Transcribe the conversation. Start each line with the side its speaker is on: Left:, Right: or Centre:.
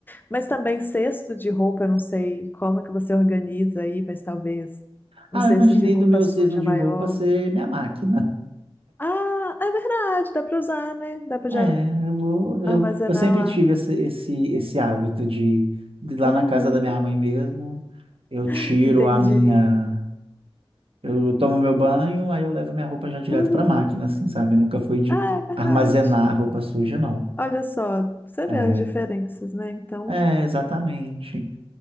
Left: Mas também cesto de roupa, eu não sei como que você organiza aí, mas talvez
Right: Ah,
Left: um cesto
Right: eu imaginei
Left: de roupa
Right: do meu
Left: suja
Right: cesto de
Left: maior.
Right: roupa ser minha máquina.
Left: Ah, é verdade, dá para usar, né? Dá para
Right: É,
Left: já
Right: eu vou.
Left: armazenar
Right: Eu, eu sempre
Left: lá.
Right: tive esse, esse, esse hábito de, de lá
Left: Uhum,
Right: na casa da minha mãe mesmo, eu
Left: <laughs>
Right: tiro
Left: entendi.
Right: a minha. Eu tomo meu banho, aí eu levo minha roupa já direto
Left: Uhum.
Right: para máquina, assim, sabe? Eu nunca fui de
Left: Ah, é verdade.
Right: armazenar roupa suja, não.
Left: Olha só, você
Right: É,
Left: vê as diferenças, né? Então,
Right: é, exatamente.